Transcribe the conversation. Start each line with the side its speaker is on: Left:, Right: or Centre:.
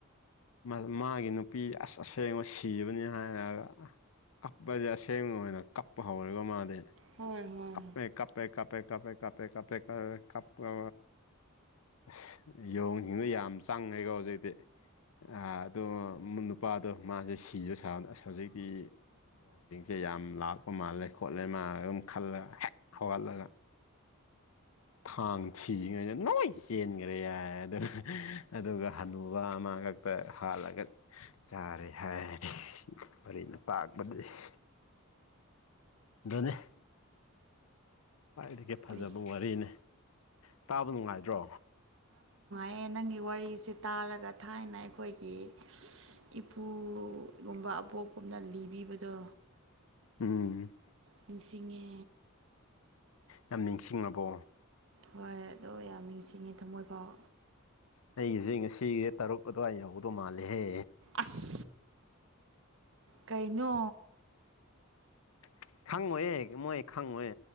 Left: ꯃ ꯃꯥꯒꯤ ꯅꯨꯄꯤ ꯑꯁ ꯑꯁꯦꯡꯕ ꯁꯤꯕꯅꯦ ꯍꯥꯏꯔꯒ ꯀꯞꯄꯁꯦ ꯑꯁꯦꯡꯕ ꯑꯣꯏꯅ ꯀꯞꯄ ꯍꯧꯔꯒ ꯃꯥꯗꯤ
Right: ꯍꯣꯏ ꯍꯣꯏ
Left: ꯀꯞꯄꯦ ꯀꯞꯄꯦ ꯀꯞꯄꯦ ꯀꯞꯄꯦ ꯀꯞꯄꯦ ꯀꯞꯄꯦ ꯀ ꯀꯞ ꯑ ꯑꯁ ꯌꯣꯡꯁꯤꯡꯗ ꯌꯥꯝ ꯆꯪꯉꯦꯀꯣ ꯍꯧꯖꯤꯛꯇꯤ ꯑꯗꯣ ꯅꯨꯄꯥꯗꯣ ꯃꯥꯁꯦ ꯁꯤꯕ ꯁꯥꯕꯗꯣ ꯑꯁ ꯍꯧꯖꯤꯛꯇꯤ ꯌꯣꯡꯁꯤꯡꯁꯦ ꯌꯥꯝ ꯂꯥꯛꯄ ꯃꯥꯜꯂꯦ ꯈꯣꯠꯂꯦꯅ ꯑꯗꯨꯝ ꯈꯜꯂꯒ ꯍꯦꯛ ꯍꯧꯒꯠꯂꯒ ꯊꯥꯡ ꯊꯤꯔꯤꯉꯩꯗ ꯅꯣꯏ ꯆꯦꯟꯈ꯭ꯔꯦ ꯍꯥꯏ ꯑꯗꯨꯒ ꯑꯗꯨꯒ ꯍꯅꯨꯕ ꯑꯃ ꯃꯉꯛꯇ ꯍꯥꯠꯂꯒ ꯆꯥꯔꯦ ꯍꯥꯏꯌꯦ ꯁꯤ ꯃꯔꯤꯅ ꯇꯥꯛꯄꯗꯤ <inaudible> ꯗꯨꯅꯦ ꯈ꯭ꯋꯥꯏꯗꯒꯤ ꯐꯖꯕ
Right: ꯀꯔꯤ
Left: ꯋꯥꯔꯤꯅꯦ ꯇꯥꯕ ꯅꯨꯡꯉꯥꯏꯗ꯭ꯔꯣ
Right: ꯑꯦ ꯅꯪꯒꯤ ꯋꯥꯔꯤꯁꯤ ꯇꯥꯔꯒ ꯊꯥꯏꯅ ꯑꯩꯈꯣꯏꯒꯤ ꯏꯄꯨꯒꯨꯝꯕ ꯑꯕꯣꯛꯀꯨꯝꯅ ꯂꯤꯕꯤꯕꯗꯣ
Left: ꯎꯝ
Right: ꯅꯤꯡꯁꯤꯡꯉꯦ
Left: ꯌꯥꯝ ꯅꯤꯡꯁꯤꯡꯉꯕꯣ
Right: ꯍꯣꯏ ꯑꯗꯣ ꯌꯥꯝ ꯅꯤꯡꯁꯤꯡꯉꯦ ꯊꯃꯣꯏ ꯐꯥꯎ
Left: ꯑꯩꯒꯤꯁꯦ ꯉꯁꯤ ꯇꯔꯨꯛ ꯑꯗꯨꯋꯥꯏ ꯌꯧꯕꯗꯣ ꯃꯥꯜꯂꯦꯍꯦ
Right: ꯑꯁ ꯀꯩꯅꯣ
Left: <inaudible> ꯈꯪꯉꯣꯏꯌꯦ ꯃꯣꯏ ꯈꯪꯉꯣꯏ